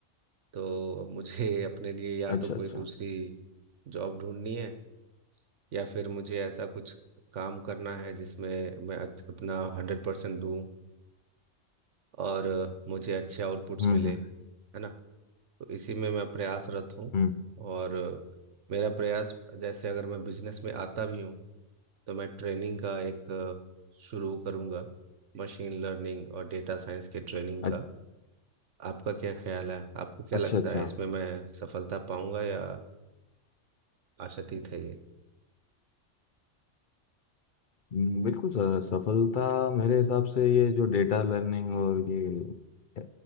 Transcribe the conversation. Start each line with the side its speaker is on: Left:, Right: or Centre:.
Right: तो अब मुझे <laughs> अपने लिए या
Left: अच्छा
Right: तो कोई
Left: अच्छा
Right: दूसरी जॉब ढूंढनी है या फिर मुझे ऐसा कुछ काम करना है जिसमें मैं अच्छ- अपना हंड्रेड परसेंट दूँ और अ, मुझे अच्छे आउटपुट्स
Left: हम्म
Right: मिले
Left: हम्म
Right: है ना तो इसी में मैं प्रयासरत हूँ
Left: हम्म,
Right: और अ, मेरा प्रयास जैसे अगर मैं बिजनेस में आता भी हूँ तो मैं ट्रेनिंग का एक अ, शुरू करूंगा मशीन लर्निंग और डेटा साइंस के ट्रेनिंग
Left: अच-
Right: का आपका क्या ख्याल है आपको क्या
Left: अच्छा
Right: लगता
Left: अच्छा
Right: है इसमें मैं सफलता पाऊंगा या आशातीत है ये
Left: हम्म, बिल्कुल सर सफलता मेरे हिसाब से ये जो डेटा लर्निंग और ये